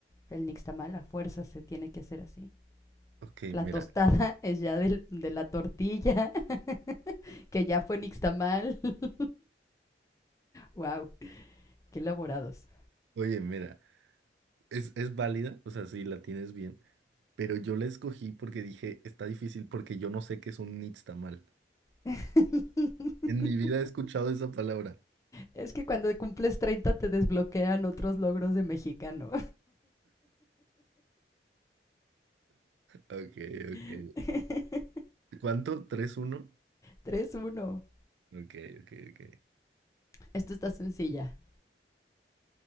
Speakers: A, on the left; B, on the right.
A: El nixtamal a fuerza se tiene que hacer así.
B: Ok,
A: La
B: mira,
A: tostada <laughs> es ya del, de la tortilla, <laughs> que ya fue nixtamal. <laughs> Wow, qué elaborados.
B: oye, mira, es, es válida, o sea, sí, la tienes bien, pero yo la escogí porque dije, está difícil porque yo no sé qué es un nixtamal.
A: <laughs>
B: En mi vida he escuchado esa palabra.
A: Es que cuando cumples 30 te desbloquean otros logros de mexicano.
B: Ok, ok.
A: <laughs>
B: cuánto Tres uno.
A: Tres uno.
B: Ok, ok, ok.
A: Esto está sencilla.